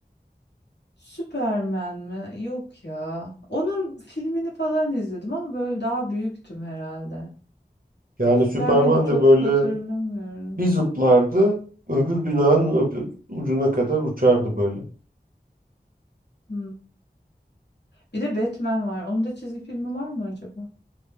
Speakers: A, on the left; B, on the right.
A: Superman mi? Yok ya. Onun filmini falan izledim ama böyle daha büyüktüm herhalde.
B: Yani
A: Superman'i
B: Süperman
A: çok
B: de böyle
A: hatırlamıyorum.
B: bir zıplardı, öbür binanın öbür ucuna kadar uçardı böyle.
A: Hmm. Bir de Batman var. Onun da çizgi filmi var mı acaba?